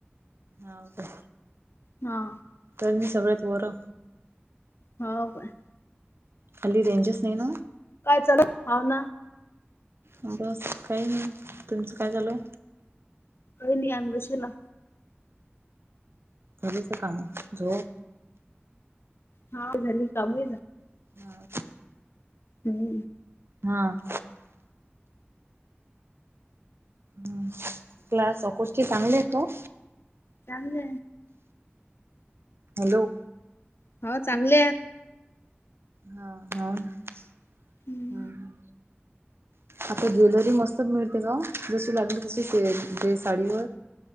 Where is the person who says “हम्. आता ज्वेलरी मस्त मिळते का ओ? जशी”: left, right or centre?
Right